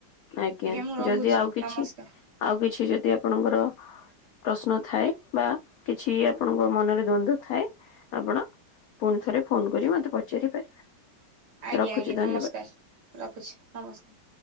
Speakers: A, on the left (about 85°); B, on the right (about 60°).
A: ଆଜ୍ଞା
B: ମୁଁ ରହୁଛି
A: ଯଦି ଆଉ କିଛି
B: ନମସ୍କାର
A: ଆଉ କିଛି ଯଦି ଆପଣଙ୍କର ପ୍ରଶ୍ନ ଥାଏ ବା କିଛି ଆପଣଙ୍କ ମନରେ ଦ୍ଵନ୍ଦ ଥାଏ ଆପଣ ପୁଣି ଥରେ ଫୋନ କରି ମତେ ପଚାରି ପାରିବେ?
B: ଆଜ୍ଞା
A: ରଖୁଛି
B: ଆଜ୍ଞା
A: ଧନ୍ୟବାଦ
B: ନମସ୍କାର ରଖୁଛି ନମସ୍କାର।